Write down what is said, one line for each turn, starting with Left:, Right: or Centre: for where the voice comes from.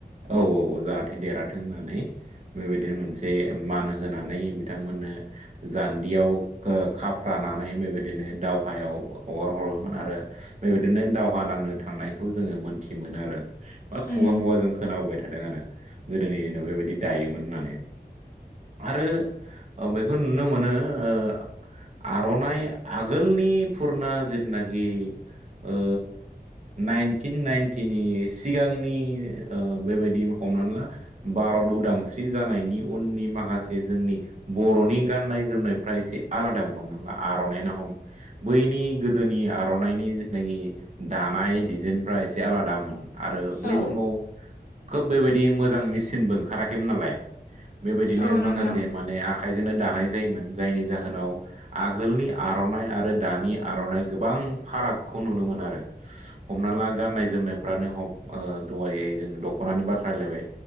Right: औ औ जाहाथे देरहाथों होननानै बेबायदिनो मोनसे मान होनानै बिथांमोननो जान्दियाव ओ खाफ्रानानै बेबायदिनो दावहायाव हगार हरोमोन आरो बेबायदिनो दावहा नांनो थांनायखौ जोङो मोनथियोमोन आरो बा खुगा
Left: उम
Right: खुवा जों खोनाबोबाय थादों आरो गोदोनि दिनाव बेबायदि दायोमोन होननानै। आरो औ बेखौ नुनो मोनो ओ आर'नाइ आगोलनि पुरना जिथनाखि ओ नाइनटिन नाइन्टिनि सिगांनि ओ बेबायदि हमनानै ला भारत उदांस्रि जानायनि उननि माखासे जोंनि बर'नि गाननाय जोमनायफ्रा एसे आलादामोन हम ना ला आर'नाइयानो हम। बैनि गोदोनि आर'नाइनि जिथुनाखि दानाय डिजाइनफ्रा एसे आलादामोन आरो बै
Left: औ
Right: समाव खोब बेबायदि मोजां मेसिनबो ओंखाराखैमोन नालाय। बेबायदिनो
Left: औ नोंथां
Right: माखासे माने आखाइजोंनो दानाय जायोमोन जायनि जाहोनाव आगोलनि आर'नाइ आरो दानि आर'नाइ गोबां फारागखौ नुनो मोनो आरो। हमना ला गाननाय जोमनायफ्रानो हम ओ दहायो जों दख'नानि बाथ्रा रायलायबाय